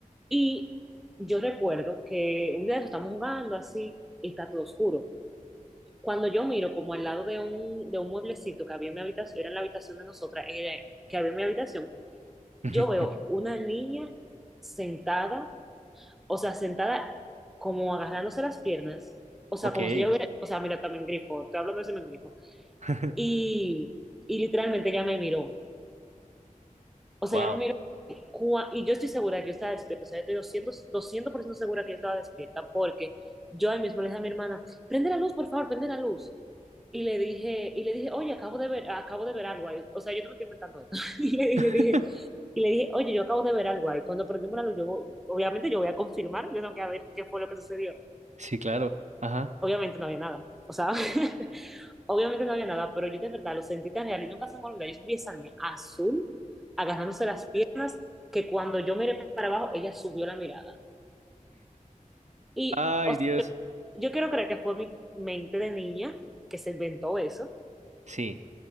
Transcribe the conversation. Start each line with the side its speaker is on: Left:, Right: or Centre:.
Centre: Y yo recuerdo que un día de eso estamos jugando así y está todo oscuro. Cuando yo miro como al lado de un, de un mueblecito que había en mi habitación, era en la habitación de nosotras, era- que había en mi habitación,
Right: Ujú.
Centre: yo veo una niña sentada, o sea, sentada como agarrándose las piernas, o sea,
Right: Ok.
Centre: como si yo hubiera, o sea, mira, también grifo, te hablo de ese mismo grifo,
Right: <laughs>
Centre: y, y literalmente ella me miró, o sea,
Right: Wow.
Centre: ella me miró Cua- y yo estoy segura que yo estaba despierta, o sea, yo estoy doscientos doscientos por ciento segura que yo estaba despierta, porque yo ahí mismo le dije a mi hermana, prende la luz, por favor, prende la luz. Y le dije, y le dije, oye, acabo de ver, acabo de ver algo ahí. O sea, yo te me estoy inventando esto. <laughs> Y le, y
Right: <laughs>
Centre: le dije, y le dije, oye, yo acabo de ver algo ahí. Cuando prendemos la luz, yo, voy- obviamente yo voy a confirmar, yo tengo que ver qué fue lo que sucedió.
Right: Sí, claro. Ajá.
Centre: Obviamente no había nada. O sea, <laughs> obviamente no había nada, pero yo de verdad lo sentí tan real y nunca se me olvidó. Yo vi esa niña azul, agarrándose las piernas, que cuando yo miré para abajo, ella subió la mirada. Y,
Right: Ay,
Centre: o sea,
Right: Dios.
Centre: yo yo quiero creer que fue mi mente de niña que se inventó eso,
Right: Sí.